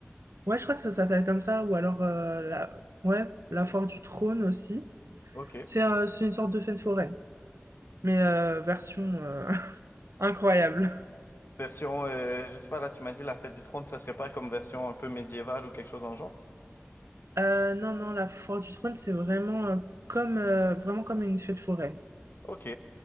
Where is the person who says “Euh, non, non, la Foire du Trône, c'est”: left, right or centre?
Right